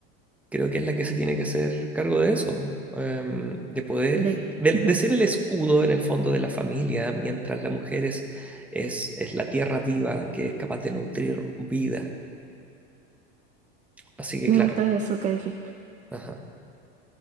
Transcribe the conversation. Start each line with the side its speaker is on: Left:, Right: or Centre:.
Centre: creo que es la que se tiene que hacer cargo de eso, em, de poder,
Right: De,
Centre: de, de
Right: ujú.
Centre: ser el escudo en el fondo de la familia, mientras la mujer es, es, es la tierra viva que es capaz de nutrir vida. Así que
Right: Me
Centre: claro.
Right: gusta eso que dijiste.
Centre: Ajá.